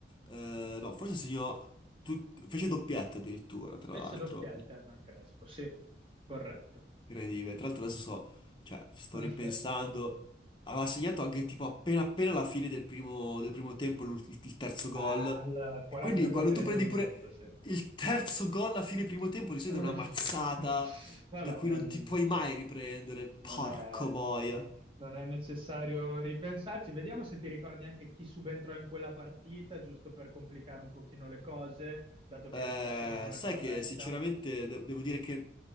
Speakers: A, on the left; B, on the right.
A: Eh, no, forse segnò, tut- fece doppietta addirittura, tra
B: Fece
A: l'altro.
B: doppietta Hernan Crespo, sì, corretto.
A: Incredibile. Tra l'altro adesso sto, cioè,
B: <laughs>
A: sto ripensando. Aveva segnato anche tipo appena appena alla fine del primo, del primo tempo l'ul- il, il terzo gol.
B: Al 44esimo
A: Quindi quando tu prendi
B: minuto,
A: pure
B: sì.
A: il terzo gol alla fine primo tempo, di solito
B: Eh,
A: è una mazzata
B: <laughs> Vabbè,
A: da cui
B: ehm,
A: non ti puoi mai riprendere.
B: non
A: Porco
B: è,
A: boia.
B: non è necessario ripensarci. Vediamo se ti ricordi anche chi subentrò in quella partita, giusto per complicare un pochino le cose, dato che
A: Eh,
B: hai risposto in maniera
A: sai
B: corretta.
A: che sinceramente de- devo dire che